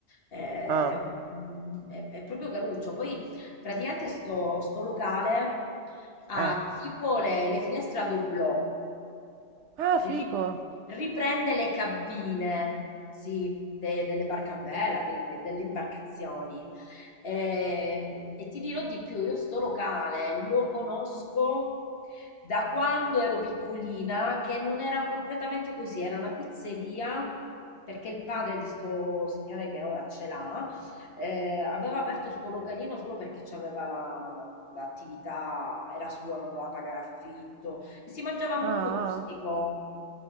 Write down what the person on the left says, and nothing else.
Eh,
mm, È, è proprio caruccio. Poi praticamente sto, sto locale ha
tipo le, le finestre a doblò.
Ri- riprende le cabine, sì, de- delle barche a vela, dei- de- delle imbarcazioni. Ehm, E, ti dirò di più, io sto locale lo conosco da quando ero piccolina, che non era completamente così, era una pizzeria. Perché il padre di sto signore che ora ce l'ha, eh, aveva aperto sto localino solo perché c'aveva la- la- l'attività, era sua, non doveva pagare affitto, e si mangiava molto
rustico.